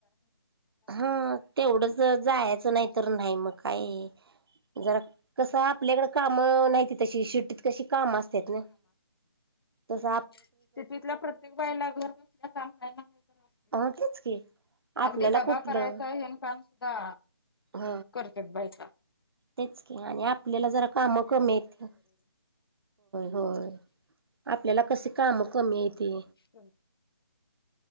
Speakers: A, on the right; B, on the left.
A: हा तेवढंच जायचं नाही तर नाही मग काय ज कस आपल्याकड काम नाहीती तशी शि्टीत कशी काम असत ना तस
B: त ततल्या प्रत्येक बाईला घर बसण्या काम काही ना काही अस
A: अ
B: जाव
A: तेच की आपल्याला
B: अगदी डबा
A: कुठलं
B: करायचा हेन काम सुद्धा
A: ह
B: करत बायचा
A: तेच क आणि आपल्या ज काम कय होय याला कसं काम कमी येते
B: ह